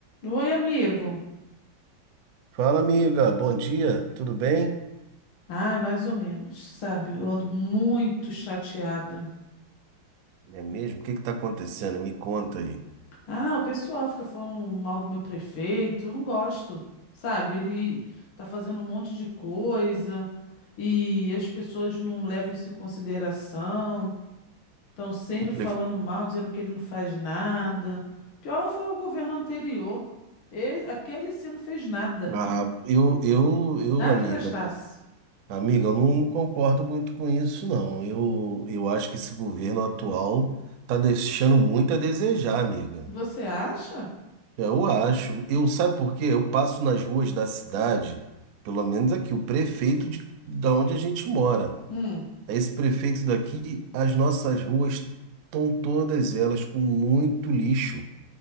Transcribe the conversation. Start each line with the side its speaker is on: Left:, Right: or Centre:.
Left: Oi, amigo.
Right: Fala, amiga. Bom dia. Tudo bem?
Left: Ai, mais ou menos, sabe? Eu ando muito chateada.
Right: É mesmo? O que que tá acontecendo? Me conta aí.
Left: Ah, o pessoal fica falando mal do meu prefeito. Eu não gosto, sabe? Ele tá fazendo um monte de coisa e as pessoas não levam isso em consideração. Estão sempre
Right: Eu pref-
Left: falando mal, dizendo que ele não faz nada. Pior foi o governo anterior. Ele- aquele sim não fez nada.
Right: Ah, eu, eu, eu,
Left: Nada
Right: amiga,
Left: que prestasse.
Right: não- amiga, eu não concordo muito com isso, não. Eu, eu acho que esse governo atual tá deixando muito a desejar, amiga.
Left: Você acha?
Right: Eu acho. Eu, sabe por quê? Eu passo nas ruas da cidade, pelo menos aqui, o prefeito de, da onde a gente mora.
Left: Hum.
Right: Esse prefeito daqui, as nossas ruas estão todas elas com muito lixo.